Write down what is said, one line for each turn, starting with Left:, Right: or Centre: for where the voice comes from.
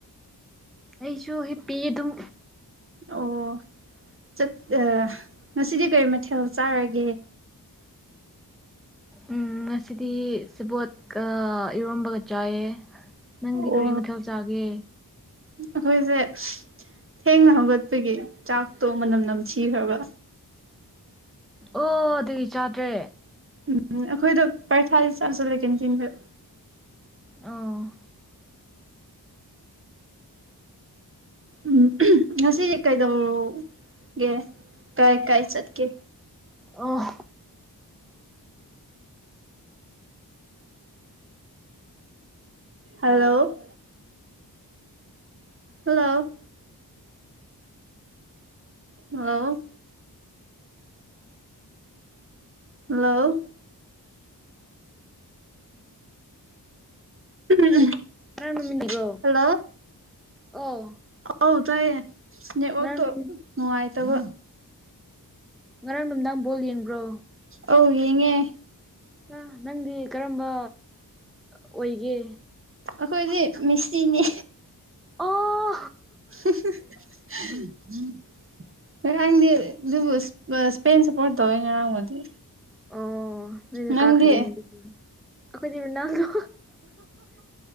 Centre: ꯑꯩꯁꯨ ꯍꯤꯞꯄꯤ ꯑꯗꯨꯝ
Right: ꯑꯣ ꯆꯠ ꯑꯝ ꯉꯁꯤꯗꯤ ꯀꯔꯤ ꯃꯊꯦꯜ ꯆꯥꯔꯒꯦ
Centre: ꯎꯝ ꯉꯁꯤꯗꯤ ꯁꯦꯕꯣꯠꯀ ꯏꯔꯣꯟꯝꯕꯒ ꯆꯥꯏꯌꯦ ꯅꯪꯗꯤ
Right: ꯑꯣ
Centre: ꯀꯔꯤ ꯃꯊꯦꯜ ꯆꯥꯒꯦ
Right: ꯑꯩꯈꯣꯏꯁꯦ ꯊꯦꯡꯅ ꯍꯧꯒꯠꯄꯒꯤ ꯆꯥꯛꯇꯣ ꯃꯅꯝ ꯅꯝ ꯊꯤꯈ꯭ꯔꯕ
Centre: ꯑꯣ ꯑꯗꯨꯒꯤ ꯆꯥꯗ꯭ꯔꯦ
Right: ꯎꯝ ꯑꯩꯈꯣꯏꯗꯣ ꯄꯔꯊꯥ ꯆꯥꯁꯤꯜꯂꯦ ꯀꯦꯟꯇꯤꯜꯗ
Centre: ꯑꯣ
Right: ꯎꯝ ꯉꯁꯤꯁꯦ ꯀꯩꯗꯧꯒꯦ ꯀꯥꯏ ꯀꯥꯏ ꯆꯠꯀꯦ
Centre: ꯑꯣꯐ
Right: ꯍꯜꯂꯣ ꯍꯜꯂꯣ ꯍꯜꯂꫭ ꯍꯜꯂꯣ ꯎ <inaudible>
Centre: ꯉꯔꯥꯡ ꯅꯨꯃꯤꯠ ꯕ꯭ꯔꯣ
Right: ꯍꯦꯜꯂꯣ
Centre: ꯑꯣ
Right: ꯑꯨ ꯇꯥꯏꯌꯦ ꯅꯦꯠꯋꯥꯛꯇꯣ
Centre: ꯉꯔꯥꯡ ꯅꯨꯃꯤꯠ
Right: ꯅꯨꯡꯉꯥꯏꯇꯕ
Centre: ꯑꯣ ꯉꯔꯥꯡ ꯅꯨꯃꯤꯗꯥꯡ ꯕꯣꯜ ꯌꯦꯡꯕ꯭ꯔꯣ
Right: ꯑꯧ ꯌꯦꯡꯉꯦ
Centre: ꯑ ꯅꯪꯗꯤ ꯀꯔꯝꯕ ꯑꯣꯏꯒꯦ
Right: ꯑꯩꯈꯣꯏꯗꯤ ꯃꯤꯁꯤ ꯅꯦ
Centre: ꯑꯣ
Right: ꯎꯝ <inaudible> ꯉꯔꯥꯡꯗꯤ ꯑꯗꯨꯕꯨ ꯏꯁꯄꯦꯟ ꯁꯄꯣꯔꯠ ꯇꯧꯋꯦ ꯉꯔꯥꯡꯕꯨꯗꯤ
Centre: ꯑꯣ ꯅꯣꯏꯅ
Right: ꯅꯪꯗꯤ
Centre: ꯀꯥꯈ꯭ꯔꯥꯒꯅꯤ ꯑꯗꯨꯗꯤ ꯑꯩꯈꯣꯏꯗꯤ ꯂꯣꯅꯥꯜꯗꯣ